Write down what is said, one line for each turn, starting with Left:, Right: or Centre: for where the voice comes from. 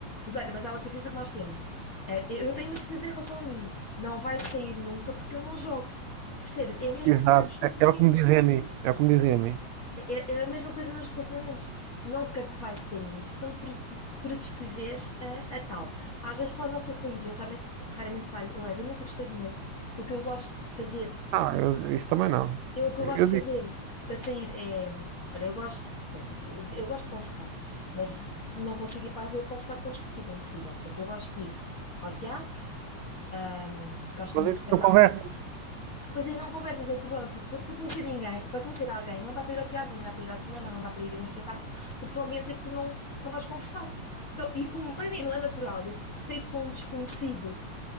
Left: Mas olha, mas há uma certeza que nós temos. Eh, Eu tenho uma certeza em relação a mim. Não vai sair nunca porque eu não jogo. Percebes? É a mesma
Right: Exato.
Left: coisa nos relacionamentos.
Right: É, é o que me dizem a mim. É o que me dizem a mim.
Left: É, é- é a mesma coisa nos relacionamentos. Nunca te vai sair se não te pre- predispuseres a, a tal. Às vezes pode não ser sair. Eu raramente, raramente saio. Aliás, eu nunca gostei de noite. O que eu gosto de fazer,
Right: Ah, eu- isso também não.
Left: eu, o que
Right: Eu
Left: eu gosto de
Right: digo,
Left: fazer para sair é. Olha, eu gosto. Eu gosto de conversar, mas não consigo ir para a rua conversar com um desconhecido, é impossível. Portanto, eu gosto de ir ao teatro Hum, gosto
Right: mas
Left: muito
Right: então
Left: de espetáculos.
Right: não conversas,
Left: Pois aí não conversas, é o problema, porque para para conhecer ninguém, para conhecer alguém, não dá para ir ao teatro, nem dá para ir ao cinema, não dá para ir a um espetáculo, porque são ambientes em que tu não, não vais conversar. Então, e como para mim não é natural ir sair com um desconhecido